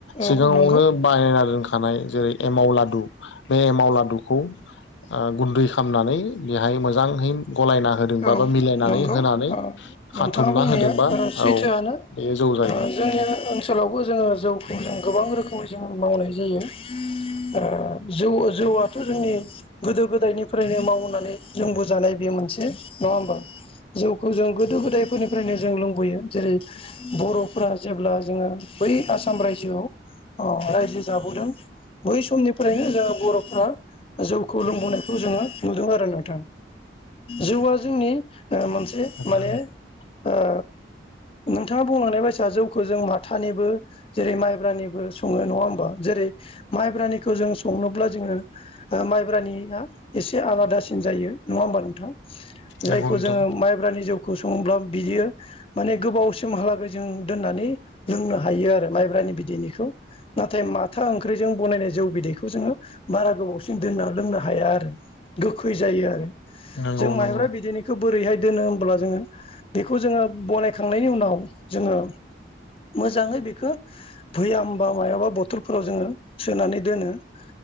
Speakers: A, on the left; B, on the left.
A: औ
B: सिगाङावनो
A: नंगौ
B: बानायना दोनखानाय जेरै एमाव लादु बे एमाव लादुखौ ओ गुन्दै खालामनानै बेहाय मोजाङै गलायना होदोंबा
A: औ
B: बा मिलायनानै
A: नंगौ
B: होनानै
A: ओ नोंथाङा
B: खाथुमना
A: बुंनाया
B: होदोंबा
A: ओ सैथोआनो
B: औ बेयो जौ जायो
A: ओ
B: नंगौ।
A: जोंनि ओनसोलावबो जोङो जौखौ जों गोबां रोखोम जों मावनाय जायो। ओ जौ जौआथ' जोंनि गोदो गोदायनिफ्रायनो मावनानै लोंबोजानाय बे मोनसे नङा होमबा? जौखौ जों गोदो गोदायफोरनिफ्रायनो जों लोंबोयो जेरै बर'फोरा जेब्ला जोङो बै आसाम रायजोआव अ राय जाबोदों बै समनि फ्रायनो जोङो बर'फोरा जौखौ लोंबोनायखौ जोङो नुदों आरो नोंथां। जौवा जोंनि ओ मोनसे
B: नंगौ
A: माने ओ नोंथाङा बुंनाय बायसा फिसा जौखौ जों माथानिबो जेरै माइब्रानिबो सङो नङा होमबा जेरै माइब्रानिखौ जों संनोब्ला जोङो माइब्रानिया एसे आलादासिन जायो नङा होमबा नोंथां? जायखौ
B: नंगौ नोंथां
A: जोङो माइब्रानि जौखौ सङोब्ला बियो माने गोबावसिमहालागै जों दोननानै लोंनो हायो आरो माइब्रानि बिदैनिखौ। नाथाय माथा ओंख्रिजों बनायनाय जौ बिदैखौ जोङो बारा गोबावसिन दोनना लोंनो हाया आरो गोखै जायो आरो
B: नंगौ
A: जों माइब्रा
B: नंगौ
A: बिदै दिननिखौ बोरैहाय दोनो होनोमब्ला जोङो बेखौ जोङो बनायखांनायनि उनाव जोङो मोजाङै बेखौ भैयामबा मायाबा बथलफोराव जोङो सोनानै दोनो ‌।